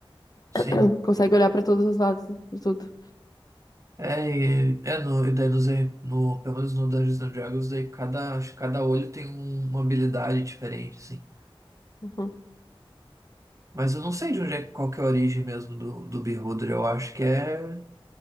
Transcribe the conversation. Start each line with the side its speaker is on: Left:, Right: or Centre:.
Right: sim.
Left: Hum, Consegue olhar pra todos os lados, né? Pra tudo.
Right: É, e- é no, e daí no, Zen- no, pelo menos no Dungeons and Dragons, daí cada, acho que cada olho tem um- uma habilidade diferente, assim.
Left: Uhum.
Right: Mas eu não sei de onde é, qual que é a origem mesmo do, do Beholder, eu acho que é